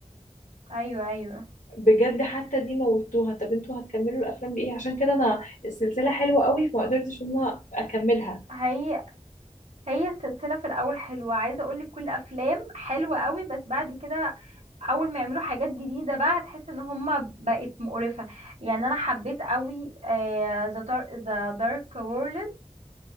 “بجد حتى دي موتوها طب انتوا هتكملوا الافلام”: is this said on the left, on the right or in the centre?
Left